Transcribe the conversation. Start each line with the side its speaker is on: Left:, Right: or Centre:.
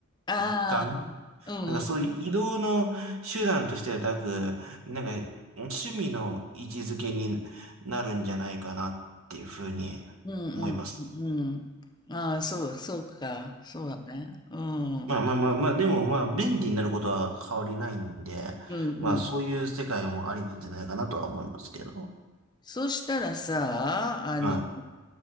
Left: あ
Right: 一環
Left: あー、
Right: なんかそういう移動の手段としてはなく、
Left: うん
Right: なんか趣味の位置づけになるんじゃないかなっていうふうに
Left: うん。うんうん。
Right: 思います。
Left: うん。ああ、そう、そうか。そうだね。うん。うん
Right: まあまあまあまあ、でもまあ便利になることは変わりないんで、
Left: うん。
Right: まあそういう世界もありなんじゃないかなとは思いますけど。
Left: そしたらさ、あの、
Right: は